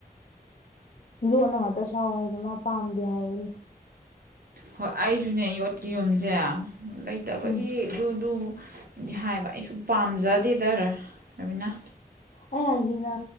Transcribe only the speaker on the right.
ꯍꯣꯏ ꯑꯩꯁꯨꯅꯦ ꯌꯣꯠꯀꯤ ꯌꯨꯝꯁꯦ ꯂꯩꯇꯕꯒꯤ
ꯑꯗꯨꯗꯨ ꯗꯤ ꯍꯥꯏꯕ ꯑꯩꯁꯨ ꯄꯥꯝꯖꯗꯦꯗ ꯔꯕꯤꯅꯥ